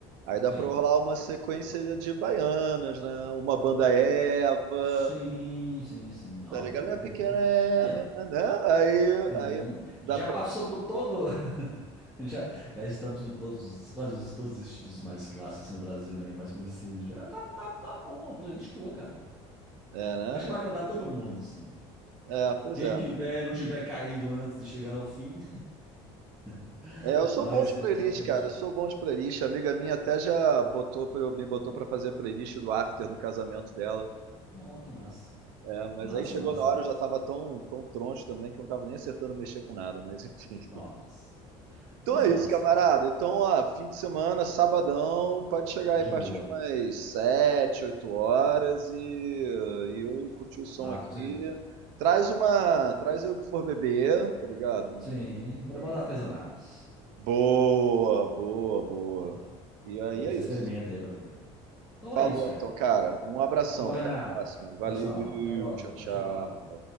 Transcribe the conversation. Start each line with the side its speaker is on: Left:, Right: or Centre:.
Right: aí dá
Centre: Sim.
Right: pra rolar uma sequência de baianas, né? Uma banda Eva,
Centre: Sim, sim, sim. Não,
Right: tá ligado?
Centre: não tem
Right: Minha
Centre: que
Right: pequena
Centre: ter, né?
Right: Eva,
Centre: Aí, ó.
Right: né? Aí,
Centre: Sim.
Right: aí dá
Centre: Já
Right: pra.
Centre: passou por todo. <laughs> Já, já estamos com todos, os- quase os- todos os estilos mais clássicos assim, no Brasil, né? Mais conhecidos. Já tá, tá, tá bom, uma playlist boa, cara.
Right: É, né?
Centre: Acho que vai agradar todo mundo, assim.
Right: É, pois
Centre: Quem
Right: é.
Centre: tiver, não tiver caído antes de chegar ao fim, <laughs>
Right: É, eu sou
Centre: mas
Right: bom de
Centre: é
Right: playlist,
Centre: uma playlist
Right: cara.
Centre: boa.
Right: Eu sou bom de playlist. A amiga minha até já botou pra, eu- me botou pra fazer a playlist do after do casamento dela.
Centre: Nossa, que massa.
Right: É, mas
Centre: Massa,
Right: aí chegou
Centre: massa,
Right: na hora,
Centre: massa.
Right: eu já tava tão, tão troncho também que eu não tava nem acertando mexer com nada, mas enfim.
Centre: Nossa.
Right: Então
Centre: Mas
Right: é
Centre: massa,
Right: isso, camarada.
Centre: cara.
Right: Então, ó, fim de semana, sabadão, pode chegar
Centre: De
Right: aí a partir
Centre: boa.
Right: de umas 7, 8 horas e, e eu curti o som
Centre: Ah,
Right: aqui.
Centre: com certeza.
Right: Traz uma. Traz aí o que for beber, tá ligado?
Centre: Sim, vou
Right: E-
Centre: levar os artesanais.
Right: Boa, boa, boa.
Centre: Boa.
Right: E aí
Centre: Bom que
Right: é
Centre: você
Right: isso.
Centre: experimenta aí pra ver. Então
Right: Falou
Centre: é isso, cara.
Right: então, cara. Um abração.
Centre: Falou, Renato.
Right: Até a próxima. Valeu,
Centre: Abração. Até a próxima.
Right: tchau,
Centre: Tchau,
Right: tchau.
Centre: tchau.